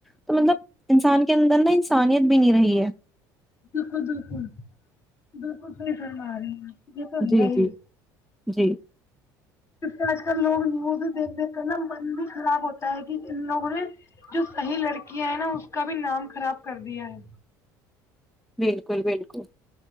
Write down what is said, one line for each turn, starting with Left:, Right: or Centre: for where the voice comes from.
Centre: تو مطلب انسان کے اندر نا انسانیت بھی نہیں رہی ہے
Left: بالکل بالکل بالکل صحیح فرما رہی ہیں یہ تو
Centre: جی
Left: ہے ہی
Centre: جی جی
Left: جسطرح آج کل لوگ نیوز دیکھ دیکھ کر نا من بھی خراب ہوتا ہے کہ ان لوگوں نے جو صحیح لڑکیاں ہیں نا اس کا بھی نام خراب کر دیا ہے
Centre: بالکل بالکل